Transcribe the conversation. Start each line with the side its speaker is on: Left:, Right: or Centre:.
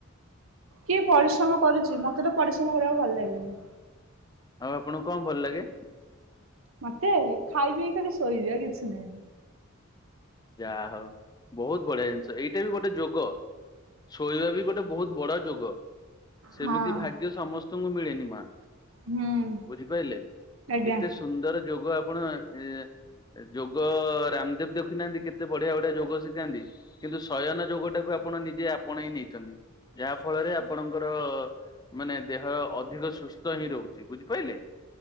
Right: କିଏ ପରିଶ୍ରମ କରୁଚି, ମୋତେ ତ ପରିଶ୍ରମ କରିବାକୁ ଭଲ ଲାଗେନି।
Left: ଆଉ ଆପଣଙ୍କୁ କଣ ଭଲ ଲାଗେ?
Right: ମୋତେ ଖାଇ ପିଇ ଖାଲି ଶୋଇବି ଆଉ କିଛି ନାହିଁ।
Left: ଯା ହଉ ବହୁତ ବଢିଆ ଜିନିଷ, ଏଇଟା ବି ଗୋଟେ ଯୋଗ। ଶୋଇବା ବି ଗୋଟେ ବହୁତ ବଡ ଯୋଗ। ସେମିତି
Right: ହଁ।
Left: ଭାଗ୍ୟ ସମସ୍ତଙ୍କୁ ମିଳେନି ମା।
Right: ହୁଁ।
Left: ବୁଝିପାଇଲେ?
Right: ଆଜ୍ଞା
Left: ଏତେ ସୁ ସୁନ୍ଦର ଯୋଗ ଆପଣ ଏ ଯୋଗ ରାମଦେବ ଦେଖ ଖି ନାହାନ୍ତି, କେତେ ବଢିଆ ବଢିଆ ଯୋଗ ଶିଖାନ୍ତି, କିନ୍ତୁ ଶୟନ ଯୋଗଟାକୁ ଆପଣ ନିଜେ ଆପଣେଇ ନେଇଛନ୍ତି। ଯାହା ଫଳରେ ଆପଣଙ୍କର ମାନେ ଦେହ ଅଧିକ ସୁସ୍ଥ ହିଁ ରହୁଛି। ବୁଝିପାଇଲେ?